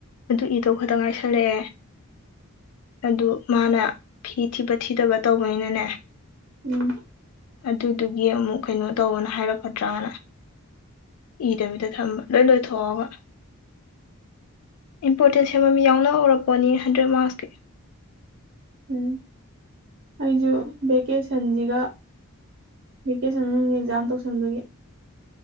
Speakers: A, on the left; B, on the right.
A: ꯑꯗꯨ ꯏꯗꯧ ꯈꯛꯇ ꯉꯥꯏꯁꯜꯂꯛꯑꯦ ꯑꯗꯨ ꯃꯥꯅ ꯐꯤ ꯊꯤꯕ ꯊꯤꯗꯕ ꯇꯧꯕꯅꯤꯅꯅꯦ
B: ꯎꯝ
A: ꯑꯗꯨꯗꯨꯒꯤ ꯑꯃꯨꯛ ꯀꯩꯅꯣ ꯇꯧꯕꯅ ꯍꯥꯏꯔꯛꯀꯗ꯭ꯔꯥꯅ ꯏꯗꯕꯤꯗ ꯊꯝꯕ ꯂꯣꯏ ꯂꯣꯏꯊꯣꯛꯑꯒ ꯏꯝꯄꯣꯔꯇꯦꯟꯁꯦꯃ ꯌꯥꯎꯅ ꯍꯧꯔꯛꯄꯅꯤ ꯍꯟꯗ꯭ꯔꯦꯗ ꯃꯥꯔꯛꯁꯀꯤ
B: ꯎꯝ ꯑꯩꯁꯨ ꯚꯦꯀꯦꯁꯟꯁꯤꯒ ꯚꯦꯀꯦꯁꯟ ꯃꯅꯨꯡ ꯑꯦꯛꯖꯥꯝ ꯇꯧꯁꯤꯟꯕꯒꯤ